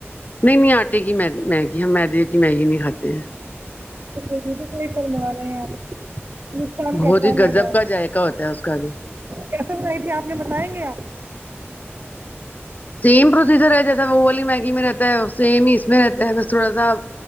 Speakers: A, on the left (about 35°); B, on the right (about 50°).
A: نہیں نہیں آٹے کیی میگی ہم میدی کی میگی نہیں کاتے ہیں
B: <inaudible> فرما رہے ہیں آپ نقصان
A: بہت
B: کرتا
A: ہی
B: ہے میدا
A: گذب کا ذائقہ ہوتا ہے اس کا بھی
B: کیسے بنائی تھی آپ نے بتائینگے آپ
A: سیم پروسیجر ہے جیسا وہ والی میگی میں رہتا ہے سیم ہی اس میں رہتا ہے بس تھوڑا سا